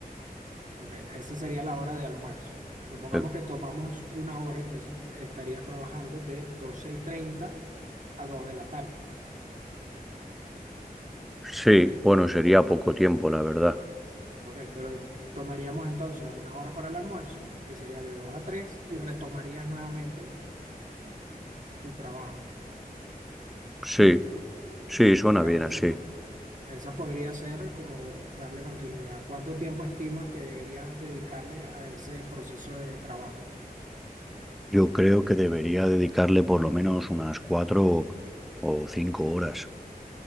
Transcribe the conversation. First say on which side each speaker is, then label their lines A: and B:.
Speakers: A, on the right; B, in the centre.
A: Ok, esa sería la hora de almuerzo. Supongamos
B: Eh,
A: que tomamos una hora, entonces estarías trabajando de 12 y 30 a 2 de la tarde,
B: sí,
A: ¿sí?
B: bueno, sería poco tiempo, la verdad.
A: Ok, pero tomaríamos entonces una hora para el almuerzo, que sería de 2 a 3, y retomarías nuevamente tu trabajo, ¿sí?
B: Sí, sí, suena
A: Ok,
B: bien
A: esa,
B: así.
A: po- esa podría ser como darle continuidad. ¿Cuánto tiempo estimas que deberías dedicarle a ese proceso de trabajo?
B: Yo creo que debería dedicarle por lo menos unas 4 o 5 horas.